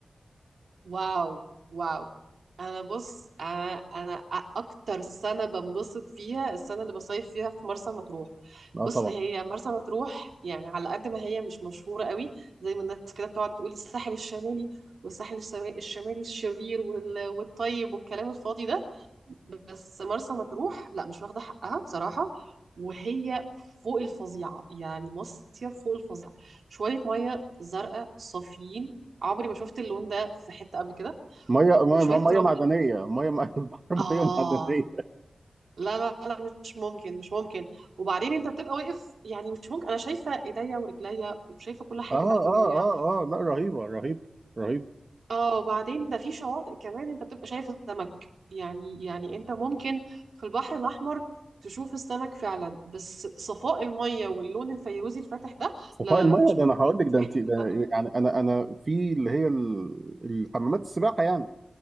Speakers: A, on the right; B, on the right.
A: واو واو انا بص انا انا اكتر سنه بنبسط فيها السنه اللي بصيف فيها في مرسى مطروح
B: لا
A: بص
B: طبعا
A: هي مرسى مطروح يعني على قد ما هي مش مشهوره قوي زي ما الناس كده بتقعد تقول الساحل الشمالي والساحل الشما- الشمالي الشرير وال- والطيب والكلام الفاضي ده بس مرسى مطروح لا مش واخده حقها بصراحه وهي فوق الفظيعه يعني مصيف فوق الفظيعه شويه ميه زرقاء صافيين عمري ما شفت اللون ده في حتة قبل كده
B: ميه
A: وشوية
B: ميه ميه
A: رمل
B: معدنيه ميه مع- <laughs> البحر
A: آه
B: ميه معدنيه
A: لا لا لا مش ممكن مش ممكن وبعدين انت بتبقى واقف يعني مش ممكن انا شايفة ايديا ورجليا وشايفة كل حاجة
B: اه
A: تحت المية
B: اه اه اه لا رهيبه رهيبه رهيبه
A: اه وبعدين ده في شواطئ كمان انت بتبقى شايف السمك يعني يعني انت ممكن في البحر الأحمر تشوف السمك فعلا بس صفاء المية واللون الفيروزي الفاتح ده
B: صفاء
A: لا لا
B: الميه
A: لا مش
B: ده
A: موجود
B: انا هقول لك ده
A: في اي
B: انت
A: حتة
B: ده
A: تانية
B: يعني انا انا في اللي هي ال- الحمامات السباحه يعني